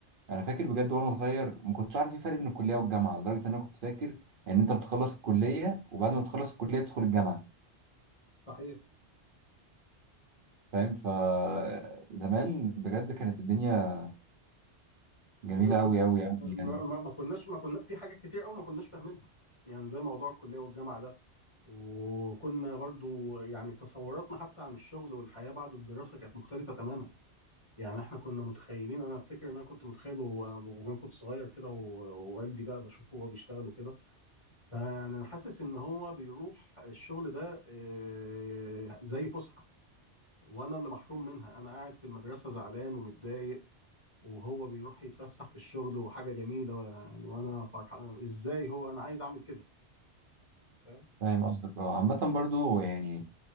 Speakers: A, on the right; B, on the left.
A: انا فاكر بجد وانا صغير ما كنتش عارف في فرق بين الكليه والجامعه لدرجه ان انا كنت فاكر ان انت بتخلص الكليه وبعد ما تخلص الكليه تدخل الجامعه
B: صحيح
A: فاهم فزمان بجد كانت الدنيا جميله
B: ب- كنت
A: قوي قوي قوي
B: ما,
A: يعني
B: ما ما كناش ما كنا في حاجات كتير قوي ما كناش فاهمينها يعني زي موضوع الكلية والجامعة ده وكنا برضو يعني تصوراتنا حتى عن الشغل والحياة بعد الدراسة كانت مختلفة تماما يعني احنا كنا متخيلين انا افتكر ان انا كنت متخيل و- وانا كنت صغير كده و- ووالدي بقى بشوفه وهو بيشتغل وكده فيعني انا حاسس ان هو بيروح الشغل ده آه، زي فسحة وانا اللي محروم منها انا قاعد في المدرسة زعلان ومتضايق وهو بيروح يتفسح في الشغل وحاجة جميلة يعني وأنا فرحان إزاي هو أنا عايز أعمل كده فاهم
A: فاهم قصدك اه عامة برضو يعني